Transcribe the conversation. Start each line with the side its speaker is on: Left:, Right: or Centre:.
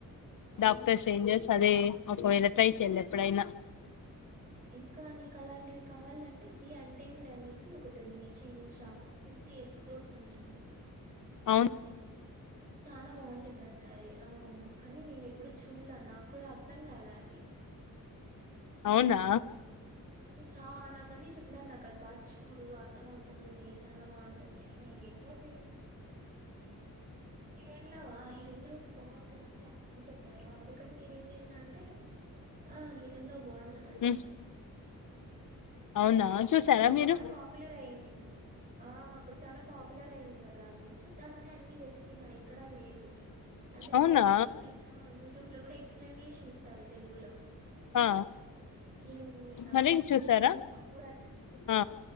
Right: ఆ!
Left: డాక్టర్స్ ఏంజెస్
Right: ఆ!
Left: అదే ఒకవేళ ట్రై చేయలే ఎప్పుడయినా
Right: అవునా ఇంకా నీకు అలాంటివి కావాలంటే ది అంటేముడు అనేసి ఒకటి ఉంది చైనీస్ డ్రామా ఫిఫ్టీ ఎపిసోడ్స్ ఉంటుంది
Left: అవును
Right: చనా బాగుంటుందంట అది ఆ కానీ నేను ఎప్పుడు చూడలా నాకు కూడా అర్థం కాలా అది
Left: అవునా
Right: కానీ చాలా మంది చెప్పినారు నాకు అది బాగా చూడు అర్థం అవుతుంది లే చాలా బాగుంటుంది అని నేనే ఎపిసోడ్స్ ఎన్ని చూసావ్ హిరేలవా హిరేల బాగుంటుందని చాలా మంది అన్నారు అందుకని నేనే ఏం చేసినా అంటే ఆ హిటన్ లో బాగుంటుందంట
Left: ఉమ్ అవునా చూసారా
Right: అప్పుడు
Left: మీరు
Right: చానా పాపులర్ అయింది ఆ అప్పుడు చనా పాపులర్ అయింది కా దా అది చూద్దామని అన్ని వెతికినా ఎక్కడా లేదు అందుకని
Left: అవునా
Right: యూట్యూబ్ లో ఆ యూట్యూబ్ లో కూడా ఎక్స్ప్లెనేషన్ ఇస్తారు తెలుగులో
Left: ఆ
Right: ఏమి అది
Left: మరి
Right: ఇది
Left: చూసారా
Right: అనేసి అప్పుడు అది
Left: ఆ